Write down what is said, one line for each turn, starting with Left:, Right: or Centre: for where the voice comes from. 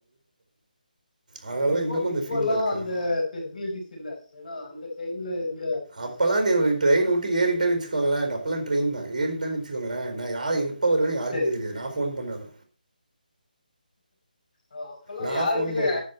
Right: அதனால
Left: இப்போ
Right: தான் இன்னமும் அந்த
Left: இப்போ
Right: ஃபீல்ட்ல
Left: எல்லாம்
Right: இருக்கேன்.
Left: அந்த பெசிலிட்டிஸ் இல்லே ஏன்னா அந்த அந்த டைம்ல இரு
Right: அப்பெல்லாம் நீ ட்ரெயின் உட்டு ஏறிட்டேன்
Left: இது
Right: வச்சுக்கோங்கலே
Left: இல்ல
Right: அப்பெல்லாம் ட்ரெயின் தான் ஏறிட்டன் வச்சு வச்சுக்கோங்கலே ந யாரையும் எப்ப வருவேனு யாருக்குமே
Left: சரி
Right: தெரியாது நான் ஃபோன் பண்ணதா
Left: ஆஹ் அப்பெல்லாம்
Right: நா
Left: யார்
Right: ஃபோன்
Left: கிட்ட
Right: பண்ண
Left: யா